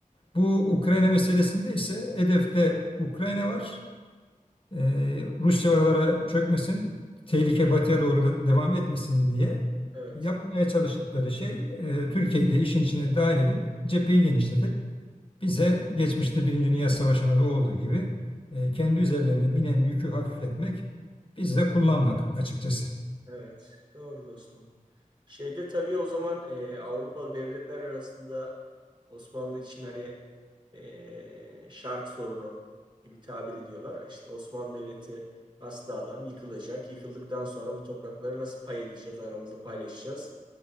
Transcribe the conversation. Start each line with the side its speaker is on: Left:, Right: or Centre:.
Left: Bu Ukrayna meselesinde ise hedefte Ukrayna var. Ee, Rusya oralara çökmesin, tehlike batıya doğru da devam etmesin diye
Right: Evet.
Left: yapmaya çalıştıkları şey e, Türkiye'yi de işin içine dahil edip cepheyi genişletip bize geçmişte Birinci Dünya Savaşı'nda da olduğu gibi e, kendi üzerlerine binen yükü hafifletmek, biz de kullanmak açıkçası.
Right: Evet, doğru dostum. Şeyde tabii o zaman e, Avrupalı devletler arasında Osmanlı için hani e, şark sorunu gibi tabir ediyorlar. İşte Osmanlı Devleti hasta adam yıkılacak. Yıkıldıktan sonra bu toprakları nasıl pay edeceğiz, aramızda paylaşacağız